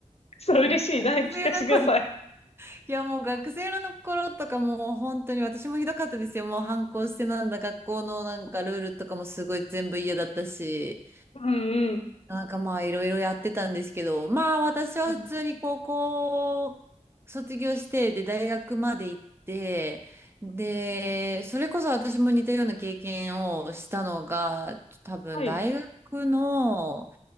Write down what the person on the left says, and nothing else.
それ嬉しいな。聞かせてください。
うんうん。
うん
うん
はい。